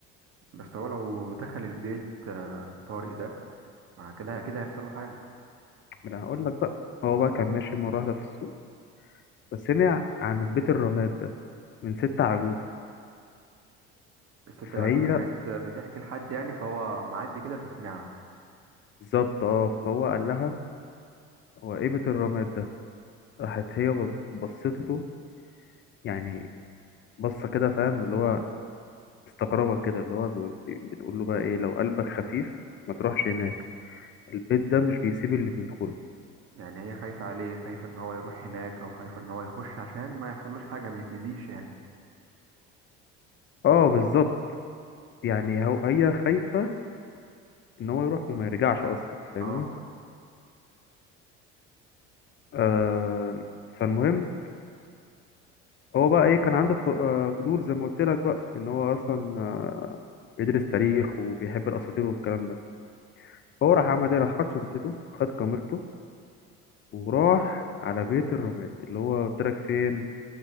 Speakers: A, on the right; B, on the left.
A: بس هو لو دخل البيت آه، طارق ده مع كده كده هيحصل له حاجة
B: ما أنا هقول لك بقى هو بقى كان ماشي مرة واحدة في السوق فسمع عن بيت الرماد ده من ست عجوزة
A: الست العجوزة
B: فهي
A: كانت بتحكي لحد يعني فهو معدي كده فسمعها
B: بالظبط اه فهو قال لها هو إيه بيت الرماد ده راحت هي بص- بصت له يعني بصة كده فاهم اللي هو استغربها كده اللي هو بيقول- بتقول له بقى ايه لو قلبك خفيف ما تروحش هناك البيت ده مش بيسيب اللي بيدخله
A: يعني هي خايفة عليه خايفة ان هو يروح هناك او خايفة ان هو يخش عشان ما يحصلوش حاجة ما يتأذيش يعني
B: اه بالظبط يعني هو هي خايفة ان هو يروح وما يرجعش اصلا أنت فاهمني
A: اه
B: آه فالمهم هو بقى ايه كان عنده ف- آه، فضول زي ما قلت لك بقى ان هو اصلا آه، بيدرس تاريخ وبيحب الاساطير والكلام ده فهو راح عمل ايه راح خد شنطته خد كاميرته وراح على بيت الرماد اللي هو قلت لك فين